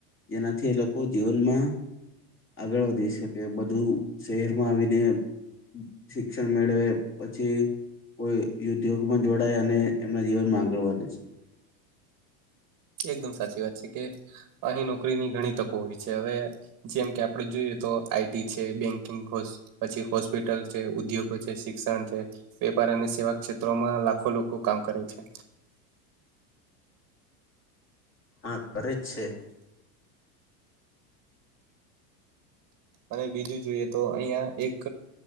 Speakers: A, on the left; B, on the right.
A: જેનાથી એ લોકો જીવનમાં આગળ વધી શકે, બધું શહેરમાં આવીને શિક્ષણ મેળવે પછી કોઈ યુધ્યોગમાં જોડાય અને એમના જીવનમાં આગળ વધે છે.
B: એકદમ સાચી વાત છે કે અહીં નોકરીની ઘણી તકો હોય છે. હવે જેમ કે આપડ જોઈએ તો આઈટી છે બેંકિંગ કોષ પછી હોસ્પિટલ છે, ઉદ્યોગો છે, શિક્ષણ છે, વેપાર અને સેવા ક્ષેત્ર માં લાખો લોકો કામ કરે છે.
A: હા કરે છે.
B: અને બીજું જોઈએ તો અહિયાં એક